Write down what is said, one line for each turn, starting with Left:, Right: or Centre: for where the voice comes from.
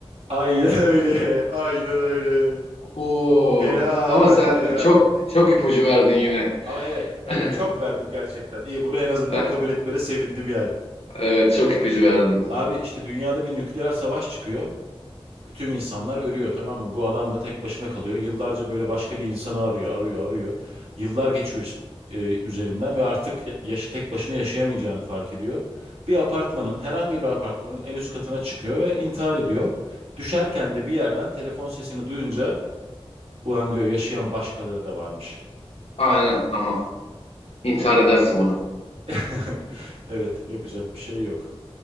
Right: Aynen öyle, <laughs> aynen öyle.
Left: Oo.
Right: Helal,
Left: Ama sen
Right: helal.
Left: çok çok ipucu verdin yine.
Right: Ama evet, evet
Left: <laughs>
Right: çok verdim gerçekten. İyi bunu en azından
Left: Eh,
Right: kabul etmene sevindim yani.
Left: Evet, çok ipucu verdin.
Right: Abi işte dünyada bir nükleer savaş çıkıyor. Tüm insanlar ölüyor tamam mı? Bu adam da tek başına kalıyor. Yıllarca böyle başka bir insanı arıyor, arıyor, arıyor. Yıllar geçiyor e, üzerinden ve artık ya- yaşı tek başına yaşayamayacağını fark ediyor. Bir apartmanın, herhangi bir apartmanın en üst katına çıkıyor ve intihar ediyor. Düşerken de bir yerden telefon sesini duyunca ulan diyor yaşayan başkaları da varmış.
Left: Aynen ama intihar edersin bunu.
Right: <laughs> Evet, yapacak bir şey yok.